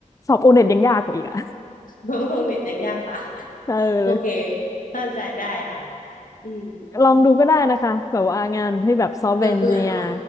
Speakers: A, on the left; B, on the left.
A: สอบโอเน็ตยังยากกว่าอีกอ่ะ
B: <laughs> ห้องของเน็ตยังยากกว่า
A: เออ
B: โอเคเข้าใจได้ค่ะอืม
A: ลองดูก็ได้นะคะแบบว่างานที่แบบซอฟต์แวร์เอนจิเนียร์
B: เธอเบื่อเนาะ